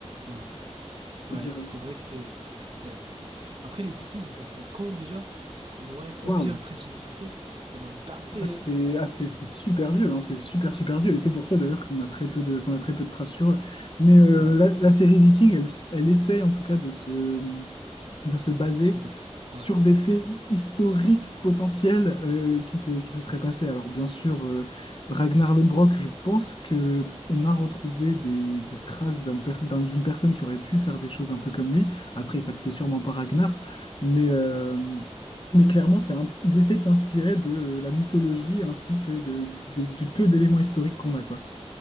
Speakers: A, on the right; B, on the left.
A: Ouais,
B: Se
A: ouais,
B: dire,
A: c'est
B: euh,
A: vrai que c'est c'est c'est abusé. Après les Vikings, ils datent de quand déjà? Moins combien
B: waouh,
A: après Jésus-Christ? Ça doit dater.
B: ah, c'est,
A: hein.
B: ah, c'est, c'est super vieux, hein, c'est super super vieux. Et c'est pour ça d'ailleurs qu'on a
A: Ouais,
B: très peu de, qu'on a très peu de traces sur eux. Mais euh,
A: ouais,
B: la, la série Viking, elle, elle essaie en tout cas de se de se baser
A: de ce-
B: sur
A: ouais,
B: des faits hi- historiques potentiels euh, qui se, qui se seraient passés. Alors bien sûr, euh, Ragnar Lodbrok, je pense que on a retrouvé des, des traces d'un per- d'un- d'une personne qui aurait pu faire des choses un peu comme lui. Après, il s'appelait sûrement
A: Mhm.
B: pas Ragnar, mais, euh,
A: ouais.
B: mais clairement, c'est un- ils essaient de s'inspirer de la mythologie ainsi que de, de- du peu d'éléments historiques qu'on a, quoi.